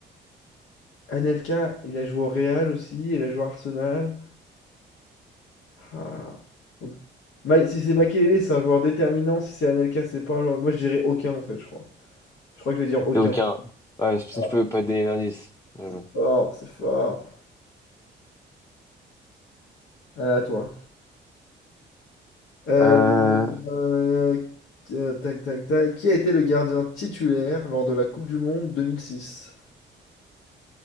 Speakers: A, on the left; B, on the left.
A: Anelka, il a joué au Real aussi, il a joué à Arsenal. Ah. Donc, Ma- si c'est Makelele, c'est un joueur déterminant. Si c'est Anelka, c'est pas un joueur. Moi, je dirais aucun en fait, je crois. Je crois que je vais dire aucun.
B: C'est aucun. Ouais, c'est pour
A: Ah,
B: ça que je peux pas te donner l'indice. Bien
A: c'est
B: joué.
A: fort, c'est fort. Euh, à toi. Euh,
B: Euh,
A: euh, euh, tac, tac, tac. Qui a été le gardien titulaire lors de la Coupe du Monde 2006?